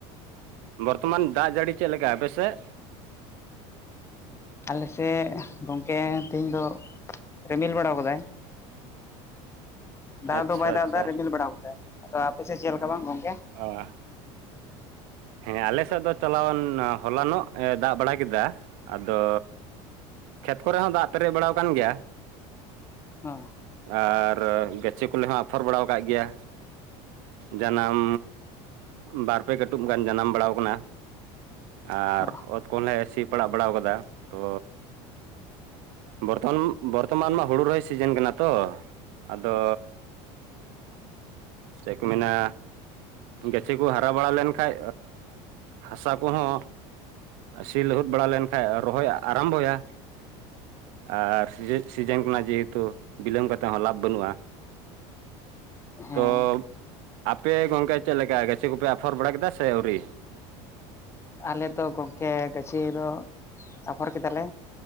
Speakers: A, on the right (about 70°); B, on the left (about 20°).
A: ᱵᱚᱨᱛᱚᱢᱟᱱ ᱫᱟᱜ ᱡᱟᱹᱲᱤ ᱪᱮᱫ ᱞᱮᱠᱟ ᱟᱯᱮᱥᱮᱫ?
B: ᱟᱞᱮ ᱥᱮᱫ ᱜᱚᱝᱠᱮ ᱛᱮᱦᱮᱧ ᱫᱚ ᱨᱤᱢᱤᱞ ᱵᱟᱲᱟᱣ ᱠᱟᱫᱟᱭ᱾
A: <unintelligible>
B: ᱫᱟᱜ
A: ᱟᱪᱪᱷᱟ
B: ᱫᱚ ᱵᱟᱭ ᱫᱟᱜ
A: ᱟᱪᱪᱷᱟ
B: ᱫᱟ ᱨᱤᱢᱤᱞ ᱵᱟᱲᱟᱣ ᱠᱟᱫᱟᱭ ᱟᱫᱚ ᱟᱯᱮᱥᱮᱫ ᱪᱮᱫ ᱞᱮᱠᱟ ᱵᱟᱝ ᱜᱚᱝᱠᱮ?
A: ᱚ ᱟ᱾ ᱦᱮᱸ ᱟᱞᱮᱥᱮᱫ ᱫᱚ ᱪᱟᱞᱟᱣᱮᱱ ᱦᱚᱞᱟᱱᱚᱜ ᱮ ᱫᱟᱜ ᱵᱟᱲᱟ ᱠᱮᱫᱟ ᱟᱫᱚ ᱠᱷᱮᱛ ᱠᱚᱨᱮ ᱦᱚᱸ ᱫᱟᱜ ᱯᱮᱨᱮᱡ ᱵᱟᱲᱟᱣ ᱠᱟᱱ ᱜᱮᱭᱟ᱾
B: ᱦᱚᱸ
A: ᱟᱨ ᱜᱟᱹᱪᱷᱤ ᱠᱚᱞᱮ ᱦᱚᱸ ᱟᱯᱷᱚᱨ ᱵᱟᱲᱟᱣ ᱠᱟᱜ ᱜᱮᱭᱟ᱾ ᱡᱟᱱᱟᱢ ᱵᱟᱨᱯᱮ ᱠᱟᱹ <unintelligible> ᱜᱟᱱ ᱡᱟᱱᱟᱢ ᱵᱟᱲᱟᱣ ᱠᱟᱱᱟ ᱟᱨ
B: ᱚ
A: ᱚᱛ ᱠᱚᱞᱮ ᱥᱤ ᱯᱟᱲᱟᱜ ᱵᱟᱲᱟᱣ ᱠᱟᱫᱟ ᱛᱚ ᱵᱚᱨᱫᱷᱚᱱ ᱵᱚᱨᱛᱚᱢᱟᱱ ᱢᱟ ᱦᱩᱲᱩ ᱨᱚᱦᱚᱭ ᱥᱤᱡᱮᱱ ᱠᱟᱱᱟ ᱛᱚ ᱟᱫᱚ ᱪᱮᱠ ᱢᱮᱱᱟ᱾ ᱜᱟᱹᱪᱷᱤ ᱠᱚ ᱦᱟᱨᱟ ᱵᱟᱲᱟ ᱞᱮᱱᱠᱟᱡ ᱦᱟᱥᱟ ᱠᱚᱦᱚᱸ ᱥᱤ ᱞᱟᱹᱦᱩᱫ ᱵᱟᱲᱟ ᱞᱮᱱ ᱠᱷᱟᱡ ᱨᱚᱦᱚᱭ ᱟᱨᱟᱢᱵᱚᱭᱟ᱾ ᱟᱨ ᱥᱤᱡᱮ ᱥᱤᱡᱮᱱ ᱠᱟᱱᱟ ᱡᱮᱦᱮᱛᱩ ᱵᱤᱞᱚᱢ ᱠᱟᱛᱮᱫ ᱦᱚᱸ ᱞᱟᱵᱷ ᱵᱟᱹᱱᱩᱜᱼᱟ᱾
B: ᱦᱮᱸ
A: ᱛᱚ, ᱟᱯᱮ ᱜᱚᱝᱠᱮ ᱪᱮᱫ ᱞᱮᱠᱟ ᱜᱟᱹᱪᱷᱤ ᱠᱚᱯᱮ ᱟᱯᱷᱚᱨ ᱵᱟᱲᱟ ᱠᱮᱫᱟ ᱥᱮ ᱟᱹᱣᱨᱤ?
B: ᱟᱞᱮ ᱫᱚ ᱜᱚᱝᱠᱮ ᱜᱟᱹᱪᱷᱤ ᱫᱚ ᱟᱯᱷᱚᱨ ᱠᱮᱫᱟᱞᱮ,